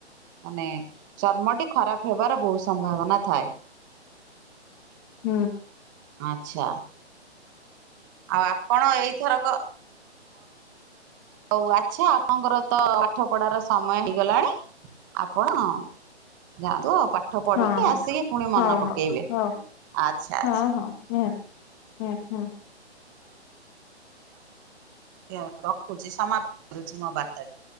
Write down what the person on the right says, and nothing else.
ମାନେ ଚର୍ମଟି ଖରାପ ହେବାର ବୋହୁତ ସମ୍ଭାବନା ଥାଏ।
ଆଚ୍ଛା। ଆଉ ଆପଣ ଏଇଥରକ ହୋଉ ଆଚ୍ଛା ଆପଣଙ୍କର ତ ପାଠ ପଢ଼ାର ସମୟ ହେଇଗଲାଣି ଆପଣ ଯାଆନ୍ତୁ ଆଉ ପାଠ ପଢ଼ିକି
ଆସିକି ପୁଣି ମନ
ପକେଇବେ
ଆଛା
ଆଚ୍ଛା
ଝିଅ ରଖୁଚି ସମାପ୍ତ କରୁଚି ମୋ ବାର୍ତ୍ତାଟି